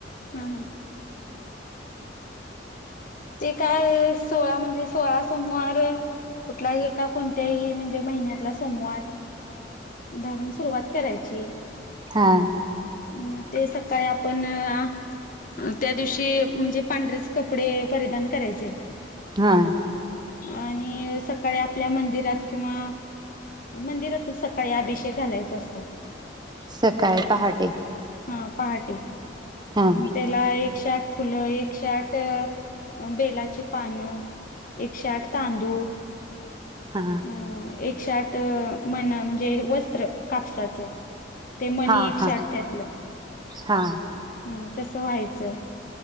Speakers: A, on the left (about 50°); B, on the right (about 25°).
A: हम् हम्. ते काय सोळा म्हणजे सोळा अस सोमवार कुठला ही एका कोणत्याही म्हणजे महिन्यातला सोमवार धरून सुरुवात करायची.
B: हा.
A: म् ते सकाळी आपण अ त्या दिवशी म्हणजे पांढरेच कपडे परिधान करायचे.
B: हां.
A: आणि सकाळी आपल्या मंदिरात किंवा मंदिरातच सक काळी अभिषेक घालायचा असतोय.
B: सकाळी पहाटे,
A: हा पहाटे,
B: हा
A: त्याला एकशे आठ फुलं, एकशे आठ अ बेलाची पानं, एकशे आठ तांदू
B: हा
A: ह एक एकशे आठ म्हणा म्हणजे वस्त्र कापसाचं. ते मनी
B: हा
A: एकशे
B: हा
A: आठ त्यातलं.
B: हा.
A: हम तसं व्हायचं.